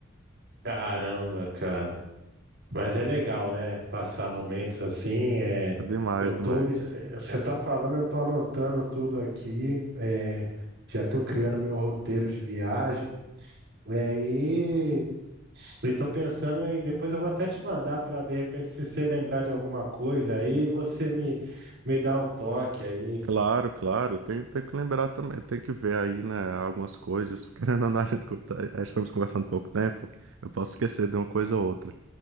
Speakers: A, on the right (about 60°); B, on the right (about 80°).
A: Caramba, cara. Mas é legal, né? Passar momentos assim. É...
B: É demais,
A: Eu tô.
B: demais.
A: li- eh, Você tá falando, eu tô anotando tudo aqui. é, Já tô criando meu roteiro de viagem. E aí. E tô pensando em. Depois eu vou até te mandar para de repente, se você lembrar de alguma coisa aí, você me, me dá um toque aí.
B: Claro, claro. Tem, tem que lembrar também. Tem que ver aí, né, algumas coisas. Porque <laughs> Querendo ou não, a gente, co- tá- estamos conversando pouco tempo. Eu posso esquecer de uma coisa ou outra.